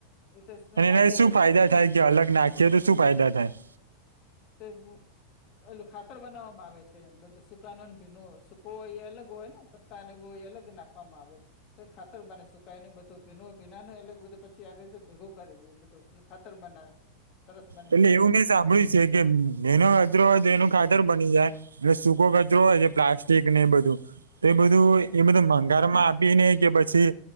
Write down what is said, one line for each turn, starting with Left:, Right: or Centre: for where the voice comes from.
Left: એ તો
Right: અને
Left: ના
Right: એનાથી
Left: કહેવાય
Right: શું ફાયદા
Left: સારો
Right: થાય અલગ નાખીએ તો શું ફાયદા થાય
Left: તો શું એલું ખાતર બનાવવામાં આવે છે બધું સુકા નો ને ભીનું હોય સુકો હોય એ અલગ હોય ને પત્તા ને બોય અલગ નાખવામાં આવે તો ખાતર બને સુકઈ ને બધું ભીનો ભીના ને અલગ બધું પછી આગે ભેગું કરે છે બધું ખાતર બનાવે સરસ બને
Right: એટલે
Left: ખાતર
Right: એવું નઈ
Left: એમ
Right: સાંભળ્યું છે કે એનો કચરો એનું ખાતર બની જાય એટલે સૂકો કચરો હોય છે પ્લાસ્ટિક ને એ બધું તો એ બધું
Left: હા
Right: એ બધું ભંગાર માં પીને કે પછી